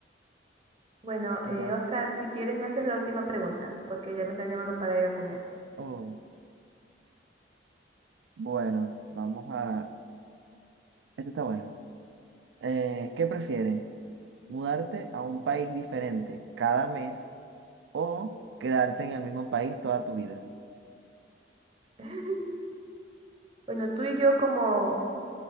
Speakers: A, on the right; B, on the right.
A: Bueno,
B: Entonces,
A: eh, Oscar, si quieres me haces la última pregunta, porque ya me están llamando para ir a comer.
B: oh, bueno, vamos a... Esta está buena. Eh, ¿qué prefieres? ¿Mudarte a un país diferente cada mes o quedarte en el mismo país toda tu vida?
A: <laughs> Bueno, tú y yo como